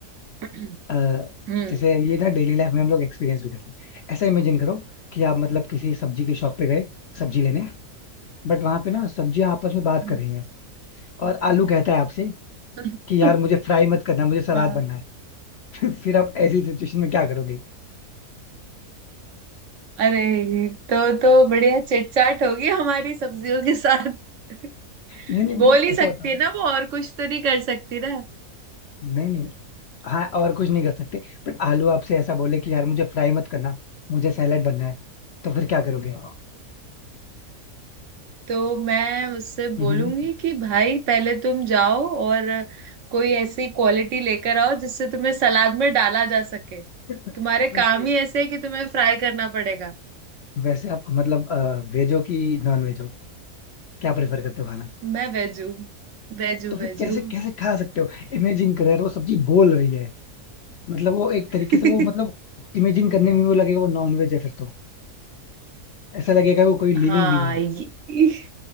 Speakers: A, on the right; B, on the left.
A: <clears throat>
B: अ,
A: हम्म
B: जैसे ये ना डेली लाइफ में हम लोग एक्सपीरियंस भी करते हैं ऐसा इमेजिन करो कि आप मतलब किसी सब्जी की शॉप पे गए सब्जी लेने बट वहां पे ना सब्जियां आपस में बात
A: हम्म।
B: कर रही हैं और आलू कहता है आपसे
A: <laughs>
B: कि यार मुझे फ्राई मत करना मुझे सलाद
A: हाँ
B: बनना है <laughs> फिर आप ऐसी सिचुएशन में क्या करोगे
A: अरे तो तो बढ़िया चिटचाट होगी हमारी सब्जियों के साथ <laughs>
B: नहीं नहीं
A: बोल
B: बट
A: ही सकती
B: ऐसा बताओ
A: है
B: ना
A: ना वो और कुछ तो नहीं कर सकती ना
B: नहीं नहीं हाँ और कुछ नहीं कर सकते बट आलू आपसे ऐसा बोले कि यार मुझे फ्राई मत करना मुझे सैलेड बनना है तो फिर क्या करोगे
A: तो मैं उससे बोलूंगी
B: हम्म
A: कि भाई पहले तुम जाओ और कोई ऐसी क्वालिटी लेकर आओ जिससे तुम्हें सलाद में डाला जा सके
B: <laughs>
A: तुम्हारे
B: वैसे
A: काम ही ऐसे है कि तुम्हें फ्राई करना पड़ेगा
B: वैसे आप मतलब वेजो की नॉन वेज क्या प्रेफर करते हो खाना
A: मैं वेजू वेजू
B: तो फिर
A: वेजू
B: कैसे कैसे खा सकते हो इमेजिन करो यार वो सब्जी बोल रही है मतलब वो एक
A: <laughs>
B: तरीके से वो मतलब इमेजिन करने में वो लगेगा वो नॉन वेज है फिर तो ऐसा लगेगा वो कोई लिविंग
A: हाँ
B: बींग है
A: ये